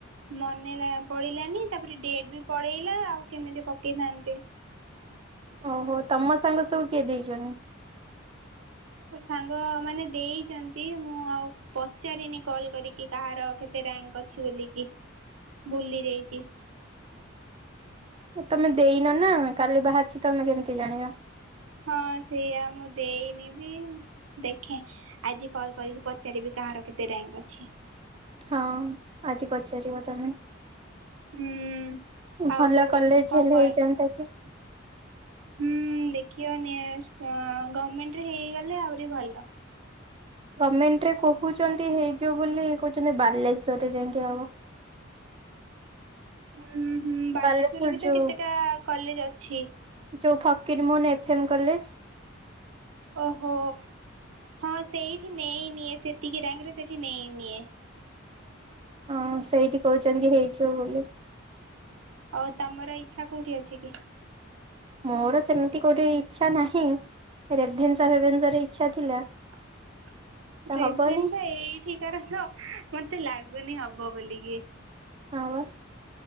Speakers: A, on the right; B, on the right.
A: ମନେଲା ପଳେଇିଲାନି ତାପରେ ଡେଟ୍ ବି ପଳେଇଲା ଆଉ କେମିତି ପକେଇଥାନ୍ତି।
B: ଓହୋ ତମ ସାଙ୍ଗ ସବୁ କିଏ ଦେଇଛନ୍ତି?
A: ମୋ ସାଙ୍ଗ ମାନେ ଦେଇଛନ୍ତି ମୁଁ ଆଉ ପଚାରିନି କଲ୍ କରିକି। କାହାର କେତେ ରାଙ୍କ ଅଛି ବୋଲିକି ଭୁଲି ଯାଇଛି।
B: ତମେ ଦେଇନ ନା କାଲି ବାହାରିଛି ତମେ କେମିତି ଜାଣିବ।
A: ହଁ ସେଇଆ ମୁଁ ଦେଇନି ବି ଦେଖେ। ଆଜି କଲ୍ କରିକି ପଚାରିବି କାହାର କେତେ ରୀୟାଙ୍କ ଅଛି?
B: ହଁ ଆଜି ପଚାରିବ ତମେ।
A: ହୁଁ। ଆଉ
B: ଭଲ କଲେଜ
A: କଣ
B: ହେଲେ
A: କର
B: ହେଇଯନ୍ତା କି।
A: ହୁଁ ଦେଖିବ ନି ଗଭର୍ମେଣ୍ଟରେ ହେଇଗଲେ ଆହୁରି ଭଲ।
B: ଗଭର୍ମେଣ୍ଟ ରେ କହୁଛନ୍ତି ହେଇଯିବ ବୋଲି କହୁଛନ୍ତି ବାଲେଶ୍ଵରରେ ଯାଇକି ହବ।
A: ହୁଁ ହୁଁ ବାଲେଶ୍ୱରରେ
B: ବାଲେଶ୍ଵର
A: ବି ତ
B: ଯୋଉ
A: କେତେଟା କଲେଜ ଅଛି।
B: ଯୋଉ ଫକିରମୋହନ ଏଫ ଏମ୍ କଲେଜ।
A: ଓହୋ ହଁ ସେଇଠି ନେଇ ନିଏ, ସେତିକି ରିୟାଙ୍କରେ ସେଇଠି ନେଇ ନିିଏ।
B: ହଁ ସେଇଠି କହୁଛନ୍ତି ହେଇଯିବ ବୋଲି।
A: ଆଉ ତମର ଇଛା କୋଉଠି ଅଛି କି?
B: ମୋର ସେମିତି କୋଉଠି ଇଚ୍ଛା ନାହିଁ, ରେଭେନ୍ସା ଫେଭେନ୍ସା ରେ ଇଛା ଥିଲା।
A: <inaudible>
B: ତ
A: ରେଭେନ୍ସା
B: ହବନି
A: ଏଇଠିକାର ତ ମତେ ଲାଗୁନି ହବ ବୋଲିକି।
B: ହଁ ବା